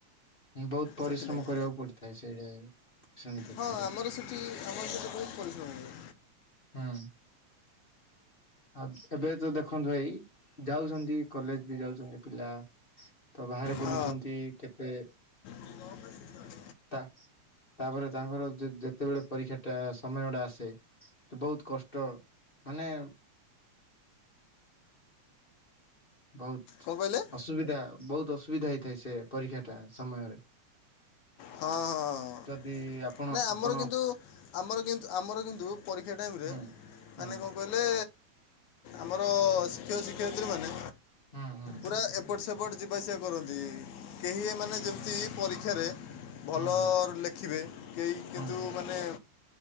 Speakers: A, on the left; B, on the left.
A: ବହୁତ ପରିଶ୍ରମ
B: ସେଥିଲାଗି
A: କରିବାକୁ ପଡିଥାଏ ସେଇଟା। ଶ୍ରେଣୀ କକ୍ଷରେ।
B: ହଁ ଆମର ସେଠି ଆମର ସେଠି ବହୁତ ପରିଶ୍ରମ ହୁଏ।
A: ହୁଁ। ଆଉ ଏବେ ଯୋଉ ଦେଖନ୍ତୁ ଭାଇ ଯାଉଛନ୍ତି କଲେଜ ବି ଯାଉଛନ୍ତି ପିଲା। ତ ବାହାରେ ବୁଲୁଛନ୍ତି
B: ହଁ
A: କେତେ।
B: <inaudible>
A: ତା ତାପରେ ତାଙ୍କର ଯେ ଯେତେବେଳେ ପରୀକ୍ଷା ଟା ସମୟ ଟା ଆସେ। ତେ ବହୁତ କଷ୍ଟ ମାନେ। ବହୁତ।
B: କଁ କଇଲେ?
A: ଅସୁବିଧା ବହୁତ ଅସୁବିଧା ହେଇଥାଏ ସେ ପରୀକ୍ଷା ଟା ସମୟରେ।
B: ହଁ।
A: ଯଦି ଆପଣ
B: ନାଇ ଆମର
A: ଆପଣ
B: କିନ୍ତୁ ଆମର କିନ୍ତ ଆମର କିନ୍ତୁ ପରୀକ୍ଷା ଟାଇମରେ
A: ହୁଁ ହୁଁ
B: ମାନେ କଣ କଇଲ। ହେଲେ ଆମର ଶିକ୍ଷକ ଶିକ୍ଷୟିତ୍ରୀ ମାନେ
A: ହୁଁ ହୁଁ
B: ପୁରା ଏ ଏପଟ୍ ସେପଟ୍ ଯିବା ଆସିବା କରନ୍ତି କେହି ଏମାନେ ଯେମିତି ପରୀକ୍ଷାରେ। ଭଲ
A: ହୁଁ ହୁଁ
B: ରୁ ଲେଖିବେ କେହି କିନ୍ତୁ
A: ହୁଁ ହୁଁ
B: ମାନେ।